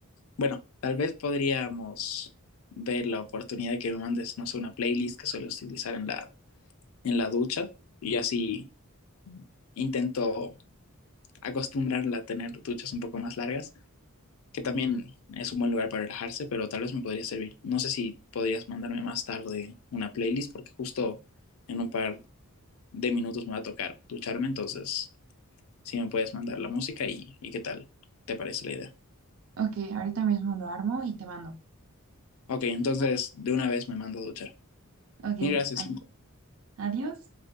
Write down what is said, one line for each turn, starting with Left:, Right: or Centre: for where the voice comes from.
Left: Bueno, tal vez podríamos ver la oportunidad de que me mandes, no sé, una playlist que suelo utilizar en la, en la ducha y así intento acostumbrarla a tener duchas un poco más largas, que también es un buen lugar para relajarse, pero tal vez me podría servir. No sé si podrías mandarme más tarde una playlist, porque justo en un par de minutos me va a tocar ducharme, entonces si me puedes mandar la música y, y qué tal te parece la idea.
Right: Ok, ahorita mismo lo armo y te mando.
Left: Ok, entonces de una vez me mando a duchar.
Right: Ok,
Left: Mil gracias.
Right: adi- adiós.